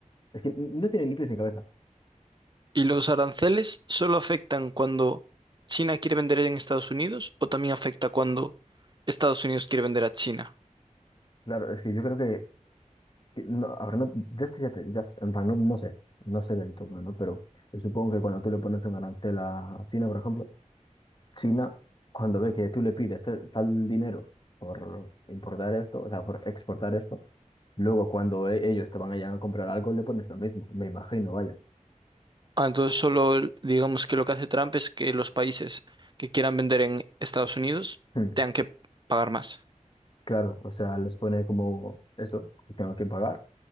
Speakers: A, on the left; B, on the right.
A: es que n- no tiene ni pies ni cabeza.
B: ¿Y los aranceles solo afectan cuando China quiere vender en Estados Unidos o también afecta cuando Estados Unidos quiere vender a China?
A: Claro, es que yo creo que que No, ahora no, ya estoy, ya, te- ya- en plan, no, no sé, no sé del todo, ¿no? Pero yo supongo que cuando tú le pones un arancel a China, por ejemplo, China, cuando ve que tú le pides te- tal dinero por importar esto, o sea, por exportar esto, luego cuando e- ellos te van a llegar a comprar algo, le pones lo mismo, me imagino, vaya.
B: Ah, entonces solo el- digamos que lo que hace Trump es que los países que quieran vender en Estados Unidos
A: Hmm,
B: tengan que pagar más.
A: Claro, o sea, les pone como eso, que tengo que pagar.